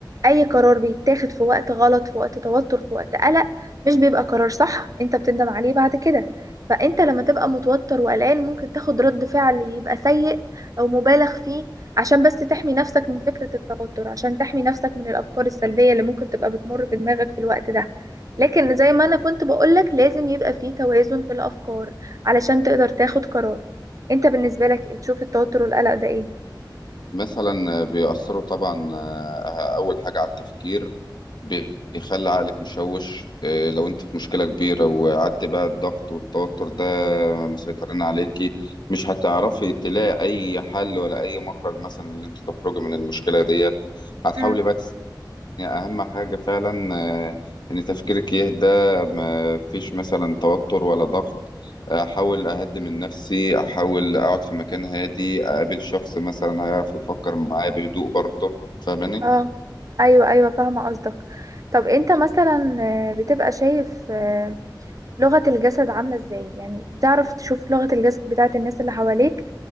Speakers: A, on the right; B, on the left.
A: اي قرار بيتاخد في وقت غلط في وقت توتر في وقت قلق مش بيبقى قرار صح انت بتندم عليه بعد كده فانت لما تبقى متوتر وقلقان ممكن تاخد رد فعل يبقى سيء او مبالغ فيه عشان بس تحمي نفسك من فكرة التوتر عشان تحمي نفسك من الافكار السلبية اللي ممكن تبقى بتمر في دماغك في الوقت ده لكن زي ما انا كنت بقولك لازم يبقى فيه توازن في الافكار علشان تقدر تاخد قرار انت بالنسبة لك بتشوف التوتر والقلق ده ايه
B: مثلا بيأثروا طبعا آه، أول حاجة على التفكير بيخلي عقلك مشوش آه، لو انت في مشكلة كبيرة وقعدت بقى الضغط والتوتر ده مسيطرين عليكي مش هتعرفي تلاقي أي حل ولا أي مخرج مثلا اللي انت تخرجي من المشكلة ديت هتحاولي
A: مم.
B: بقى يعني أهم حاجة فعلا آه، إن تفكيرك يهدى ما فيش مثلا توتر ولا ضغط أحاول أهدي من نفسي أحاول أقعد في مكان هادي أقابل شخص مثلا هيعرف يفكر معايا بهدوء برضه فاهماني؟
A: اه ايوه ايوه فاهمه قصدك طب انت مثلا آه، بتبقى شايف آه، لغه الجسد عامله ازاي يعني بتعرف تشوف لغه الجسد بتاعت الناس اللي حواليك